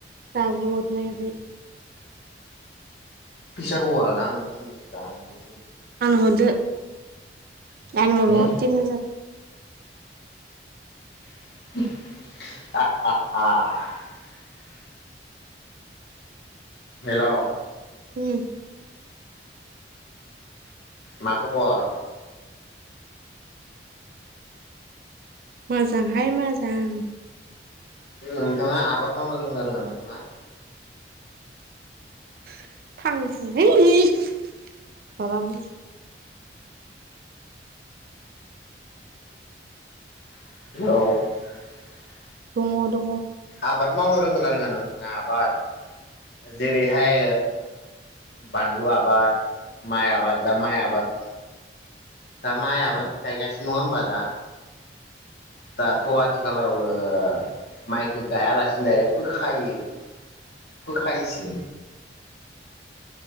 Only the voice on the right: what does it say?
दाबो हदनो हायाखै
आंनो हरदो दानि माबा
हर थिनि हाजार
उम
मोजांहाय मोजां
<unintelligible> माबा उम
दङ दङ